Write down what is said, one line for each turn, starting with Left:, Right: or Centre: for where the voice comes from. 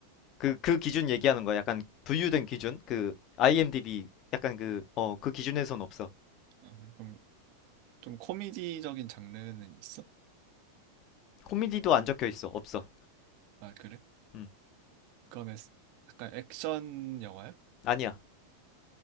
Left: 그, 그 기준 얘기하는 거야. 약간 분류된 기준? 그, IMDb, 약간 그, 어, 그 기준에선 없어.
Right: 아, 그럼 좀 코미디적인 장르는 있어?
Left: 코미디도 안 적혀 있어. 없어.
Right: 아, 그래?
Left: 음,
Right: 그러면 스- 약간 액션 영화야?
Left: 아니야.